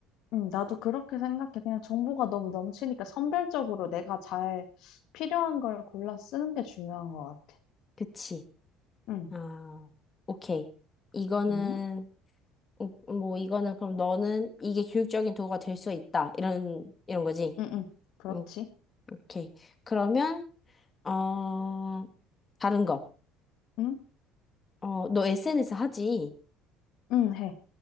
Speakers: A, on the left; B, on the left.
A: 음, 나도 그렇게 생각해. 그냥 정보가 너무 넘치니까 선별적으로 내가 잘 필요한 걸 골라 쓰는 게 중요한 것 같아.
B: 그치.
A: 응,
B: 아, 오케이. 이거는,
A: 응,
B: 음, 음, 뭐, 이거는 그럼 너는 이게 교육적인 도구가 될 수 있다. 이런, 이런 거지.
A: 응, 응. 그렇지.
B: 음, 오케이. 그러면, 어, 다른 거.
A: 응,
B: 어, 너 SNS 하지?
A: 응, 해.